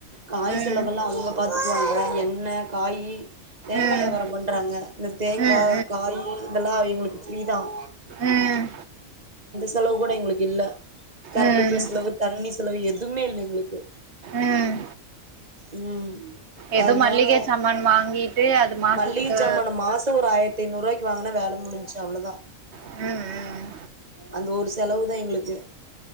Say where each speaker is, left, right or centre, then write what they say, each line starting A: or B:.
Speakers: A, on the right; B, on the right.
A: காய்
B: ம்
A: செலவெல்லா அவுங்க பாத்துக்குவாங்க என்ன காய் தேங்கா
B: ம்
A: வியாபாரம் பண்றாங்க இந்த தேங்கா
B: ம்
A: காய் இதெல்லா எங்களுக்கு ப்ரீதான்
B: ம் ம்
A: செலவு கூட எங்களுக்கு இல்ல கரண்டு
B: ம்
A: பில் செலவு தண்ணி செலவு எதுவுமே இல்ல எங்களுக்கு
B: ம்
A: உம்
B: ஏதோ
A: அதனால
B: மல்லிகை சாமான் வாங்கிட்டு அது மாசத்துக்கு
A: மளிக ஜாமானா மாசம் ஒரு ஆயிரத்த ஐநூறு ரூபாய்க்கு வாங்குனா வேலை முடிஞ் சு அவ்ளோதா
B: உஹம் உம்
A: அந்த ஒரு செலவுதான் எங்களுக்கு